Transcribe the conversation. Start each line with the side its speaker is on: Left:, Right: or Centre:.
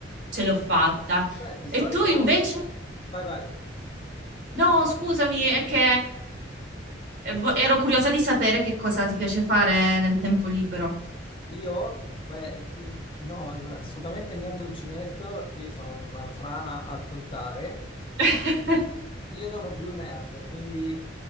Right: ce l'ho fatta.
Left: Beh, di
Right: E
Left: solito...
Right: tu invece?
Left: Vai, vai.
Right: No, scusami, è che eh, vo- Ero curiosa di sapere che cosa ti piace fare nel tempo libero.
Left: Io... Beh, di- no, no, assolutamente niente uncinetto, perché io sono una frana a contare.
Right: <laughs>
Left: I- Io sono più nerd, quindi